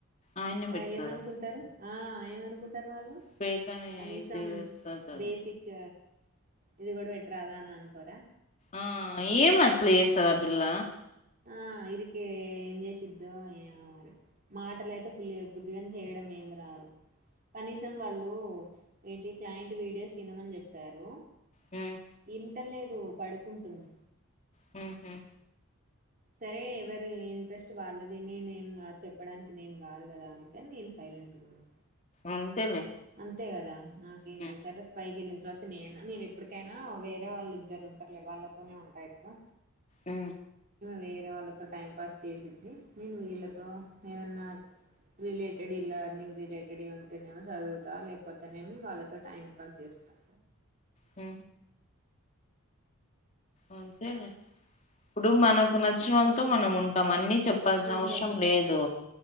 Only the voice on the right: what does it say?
ఆ ఏమనుకుంటారు ఆ ఏమనుకుంట స్తర్ వాళ్ళు
కనీసం
బేసిక్ ఇది కూడా పెట్టరాదా అని అనుకోరాా
ఆ ఇరికి ఏం చేసిద్దో ఏ మరి మాటలు అయితే ఫుల్ బుద్దిగా చేయడం ఏమి రాదు కనీసం వాళ్ళు ఏంటి క్లయింట్ వీడియోస్ తినమని చెప్పారు
ఇ పెట్టలేదు పడుకుంటుంది
సరే ఎవరి ఇంట్రెస్ట్ వాళ్ళదిని నేను కాదు చెప్పడానికి నేను కాదు కదా ఆమెక అని నేను సైలెంట్గా ఉన్నా
అంతే కదా నాకేంది
తర్రత పైకెళ్ళింది రాతి నే నేను ఎప్పటికైనా వేరే వాళ్ళిద్దరు ఉంటారులే వాళ్ళతోనే ఉంటాయికు
వేరే వాళ్ళతో టైం పాస్ చేసిద్ది ఇంక్ వీళ్ళతో ఏమన్నా రిలేటెడ్ ఇలా రిలేటెడ్ ఉంటేనేమో చదువు లేకపోతేనేమి వాళ్ళతో టైం పాస్ చేస్తాం
అంతే